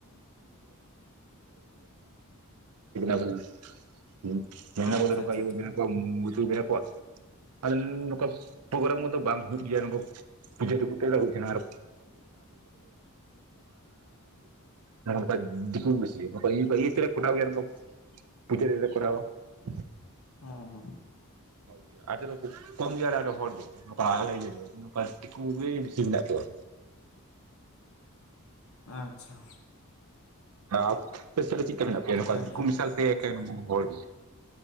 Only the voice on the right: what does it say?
<unintelligible> <unintelligible> <unintelligible> ᱠᱚᱣᱟ
ᱢᱩᱨᱛᱤ ᱠᱚ ᱵᱮᱱᱟᱣ ᱠᱚᱣᱟ ᱟᱞᱮ ᱱᱚᱝᱠᱟ ᱯᱨᱳᱜᱨᱟᱢ ᱠᱚᱫᱚ ᱵᱟᱝ ᱦᱩ ᱜᱮᱭᱟᱢ ᱱᱚᱝᱠᱟ ᱯᱩᱡᱟᱹ ᱨᱮᱠᱚ <unintelligible> ᱫᱤᱠᱩ ᱜᱤ ᱵᱮᱥᱤᱭᱟ ᱱᱚᱝᱠᱟ ᱤᱭᱟ. ᱛᱮᱞᱮ ᱠᱚᱴᱟᱣ ᱜᱮᱭᱟ ᱯᱩᱡᱟᱹ ᱨᱮ ᱠᱚᱨᱟᱣ- ᱟ᱾
<unintelligible> ᱠᱚᱢ ᱜᱮᱭᱟᱞᱮ ᱟᱞᱮ ᱦᱚᱲ ᱫᱚ, ᱱᱚᱝᱠᱟ ᱟᱞᱮ ᱤᱭᱟᱹ ᱫᱚ, ᱱᱚᱝᱠᱟ ᱫᱤᱠᱩ ᱜᱮ ᱵᱮᱥᱤ ᱢᱮᱱᱟᱜ ᱠᱚᱣᱟ᱾
ᱟᱯᱮ ᱥᱮ ᱨᱮ ᱪᱮᱫᱠᱟ ᱢᱮᱱᱟᱜ ᱯᱮᱭᱟ
ᱱᱚᱝᱠᱟ ᱫᱤᱠᱩ
ᱢᱮᱥᱟ? ᱥᱮ ᱮᱠᱮᱱ ᱦᱚᱲ ᱜᱮ?